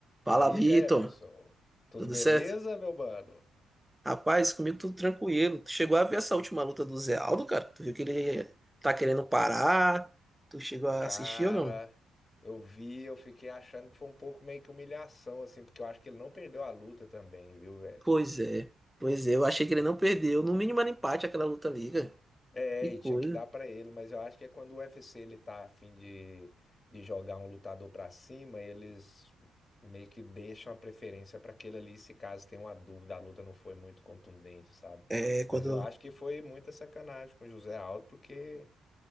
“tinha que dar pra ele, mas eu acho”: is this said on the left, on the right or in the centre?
Left